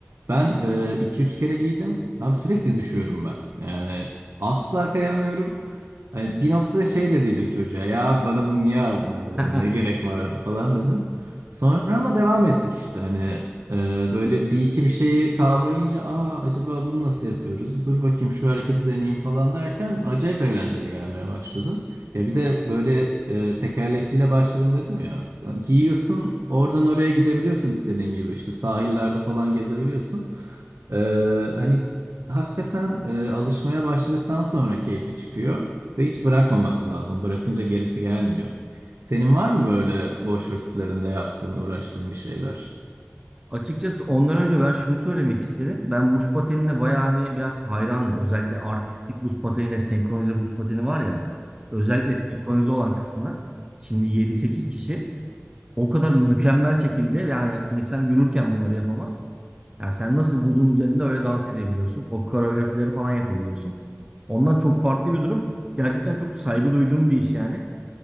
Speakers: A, on the right; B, on the right.
A: Ben e, iki üç kere giydim. Abi sürekli düşüyorum ben. Yani asla kayamıyorum. Hani bir noktada şey dediydim çocuğa ya bana bunu niye aldın hani
B: <laughs>
A: ne gerek vardı falan dedim. Sonra ama devam ettik işte hani ee, böyle bir iki bir şeyi kavrayınca aa acaba bunu nasıl yapıyoruz? Dur bakayım şu hareketi deneyeyim falan derken acayip eğlenceli gelmeye başladı. Ya bir de böyle e, tekerlekliyle başladım dedim ya. Giyiyorsun oradan oraya gidebiliyorsun istediğin gibi işte sahillerde falan gezebiliyorsun. Ee, hani hakikaten e, alışmaya başladıktan sonra keyfi çıkıyor ve hiç bırakmamak lazım. Bırakınca gerisi gelmiyor. Senin var mı böyle boş vakitlerinde yaptığın, uğraştığın bir şeyler?
B: Açıkçası ondan önce ben şunu söylemek isterim. Ben buz patenine bayağı hani biraz hayranım. Özellikle artistik buz pateniyle senkronize buz pateni var ya. Özellikle senkronize olan kısmına. Şimdi yedi sekiz kişi O kadar mükemmel şekilde yani insan yürürken bunları yapamaz. Yani sen nasıl buzun üzerinde öyle dans edebiliyorsun? O koreografileri falan yapabiliyorsun. Onlar çok farklı bir durum. Gerçekten çok saygı duyduğum bir iş yani.